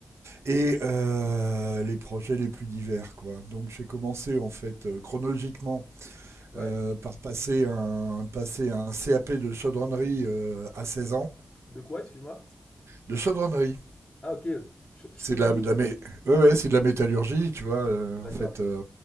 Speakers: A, on the right; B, on the left.
A: et euh, les projets les plus divers, quoi. Donc j'ai commencé en fait euh, chronologiquement
B: Ouais.
A: euh, par passer un, passer un CAP de chaudronnerie euh, à 16 ans,
B: De quoi, excuse-moi?
A: de chaudronnerie.
B: Ah, ok. Ch- chaudonnerie.
A: C'est de la, de la mé- ouais, ouais, c'est de la métallurgie, tu vois. euh,
B: D'accord.
A: en fait, euh,